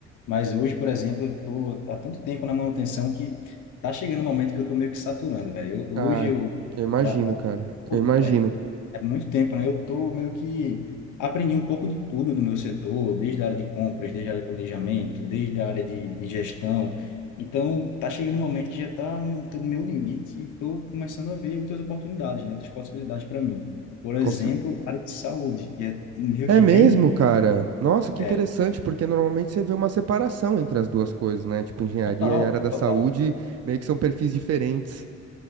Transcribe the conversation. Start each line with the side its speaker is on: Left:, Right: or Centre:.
Left: mas hoje, por exemplo, eu tô há tanto tempo na manutenção que tá chegando um momento que eu tô meio que saturando, velho. Eu-
Right: ai,
Left: Hoje eu
Right: eu imagino,
Left: da, da-
Right: cara. Eu imagino.
Left: é, é muito tempo, né? Eu tô meio que aprendi um pouco de tudo do meu setor, desde a área de compras, desde a área de planejamento, desde a área de, de gestão. Então, tá chegando um momento que já está no meu limite e tô começando a ver outras oportunidades, né? Outras possibilidades para mim. Por exemplo,
Right: Constru-
Left: a área de saúde, que é meio
Right: É
Left: que
Right: mesmo,
Left: bem,
Right: cara? Nossa, que
Left: é,
Right: interessante, porque normalmente você vê uma separação entre as duas coisas, né? Tipo, engenharia
Left: total,
Right: e área da
Left: total.
Right: saúde meio que são perfis diferentes.